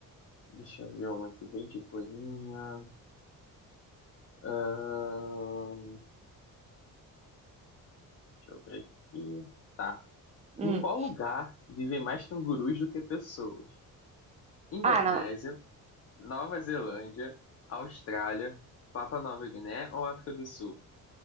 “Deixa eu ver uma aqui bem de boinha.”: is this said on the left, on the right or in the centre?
Left